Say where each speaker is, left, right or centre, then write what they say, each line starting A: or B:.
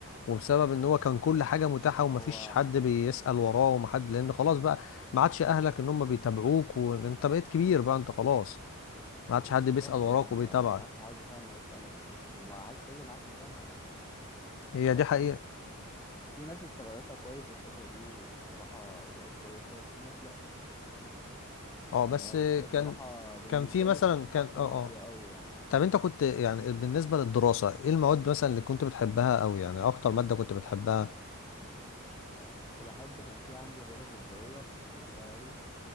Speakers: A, on the left (about 60°); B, on the left (about 15°).
A: وبسبب ان هو كان كل حاجه متاحه ومفيش
B: هو
A: حد بيسأل وراه ومحد لان خلاص بقى ما عادش اهلك ان هم بيتابعوك وانت بقيت كبير بقى انت خلاص ما عادش حد
B: بالظبط
A: بيسأل وراك
B: انا
A: وبيتابعك
B: ما عادش حد فعلا هيسالك وما عادش هيجي معاك الجامعه يعني
A: هي
B: بس
A: دي حقيقة
B: في ناس استغلتها كويس الفتره دي وبصراحه بقت كويسه وفي ناس لا
A: اه
B: يعني
A: بس
B: هي بس هي بصراحه
A: كان
B: بالنسبه
A: كان في مثلا
B: لي كانت
A: كان
B: فتره
A: اه
B: حلوه
A: اه
B: قوي يعني
A: طب انت كنت يعني بالنسبة للدراسة ايه المواد مثلا اللي كنت بتحبها او يعني اكتر مادة كنت بتحبها
B: آه كنت بحب كان في عندي رياضه تطبيقيه كنت بحبها قوي